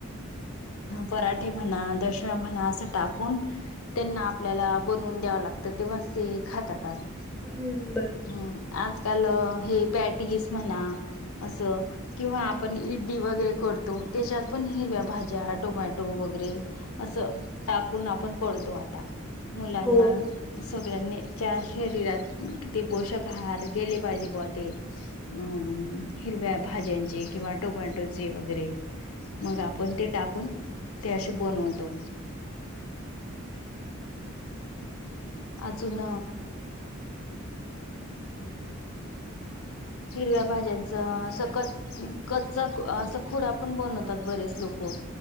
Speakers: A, on the left; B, in the centre.
A: पराठे म्हणा दंश तो म्हणा अस टाकून त्यांना आपल्याला बनवून द्यावं लागत तेव्हा ते खातातात
B: हम्म बर
A: हम् आजकाल हे पॅटेजेस म्हणा असं किंवा आपण इडली वगैरे करतो त्याच्यात पण हिरव्या भाज्या टोमॅटो वगैरे असं टाकून आपण करतो आता मुलांना
B: हो
A: सगळ्यांनीच्या शरीरात ते पोषक आहार गेले पाहिजे ते अ हिरव्या भाज्यांचे किंवा टोमॅटोचे वगैरे मग आपण ते टाकून ते असे बनवतो अजून हिरव्या भाज्यांच सखत कच्चा असं खुडा पण बनवतात बरेच लोक